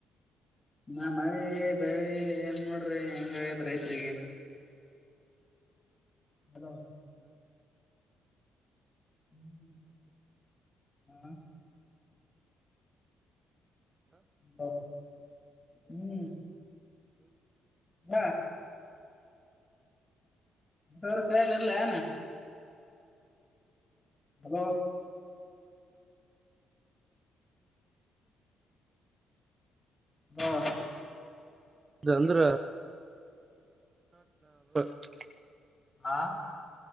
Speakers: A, on the left; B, on the right.
A: ನ ಮಳೆ ಬೆಳೆ ಏನ್ ನೋಡ್ರಿ ಹೆಂಗ ಆಗ್ಯದ ರೈತ್ರಿಗೆ ಹಲೋ <unintelligible> ಹ್ಮ್ ಹಾ ಹ ಹ್ಮ್ ಹೇಳ ವರ್ ಕಾಯನ ಇಲ್ಲ ಏನ ಹಲೋ ಹಾ
B: ಇಲ್ಲ ಅಂದ್ರ <unintelligible>
A: ಹಾ